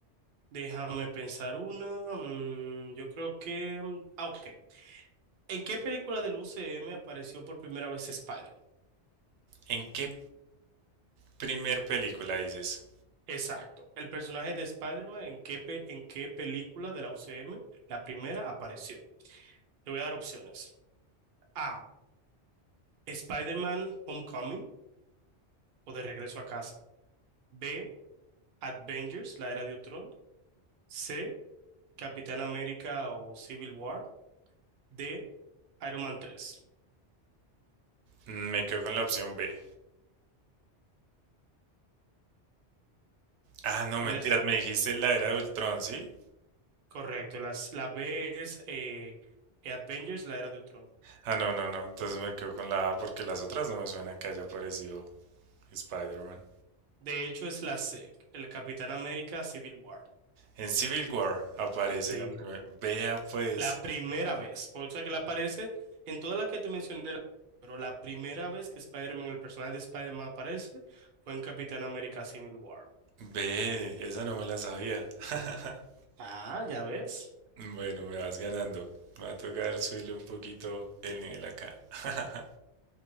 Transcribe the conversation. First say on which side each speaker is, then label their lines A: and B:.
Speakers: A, on the right; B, on the right.
A: Déjame pensar una. mm, yo creo que... mm, Ah, ok. ¿En qué película del UCM apareció por primera vez Spider-Man?
B: ¿En qué primer película dices?
A: Exacto. El personaje de Spider-Man, ¿en qué, pe- en qué película de la UCM la primera apareció? Te voy a dar opciones. a Spider-Man Homecoming o De Regreso a Casa. B. Avengers, la era de Ultron. C. Capitán América o Civil War. D. Iron Man 3.
B: Mm, Me quedo con la opción B. Ah, no,
A: ¿Cuál
B: mentiras,
A: es?
B: me dijiste la era de Ultron, ¿sí?
A: Correcto. Las, la B es eh, Avengers, la era de Ultron.
B: Ah, no, no, no. Entonces me quedo con la A porque las otras no me suena que haya aparecido Spider-Man.
A: De hecho, es la C. El Capitán América Civil War.
B: En Civil War aparece
A: Sí.
B: la primera. Vea, pues.
A: La primera vez. Por sea que la aparece en todas las que te mencioné. Pero la primera vez que Spider-Man, el personaje de Spider-Man aparece, fue en Capitán América Civil War.
B: Ve, esa no me la sabía. <laughs>
A: Ah, ya ves.
B: Bueno, me vas ganando. Me va a tocar subirle un poquito el nivel acá. <laughs>